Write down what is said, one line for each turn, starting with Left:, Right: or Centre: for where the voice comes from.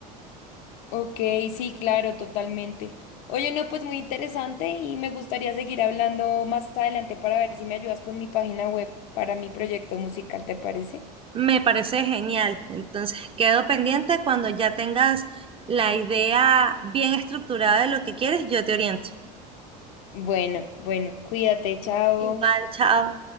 Left: Ok, sí, claro, totalmente. Oye, no, pues muy interesante y me gustaría seguir hablando más adelante para ver si me ayudas con mi página web para mi proyecto musical, ¿te parece?
Right: Me parece genial. Entonces, quedo pendiente cuando ya tengas la idea bien estructurada de lo que quieres, yo te oriento.
Left: Bueno, bueno, cuídate, chao.
Right: Igual, chao.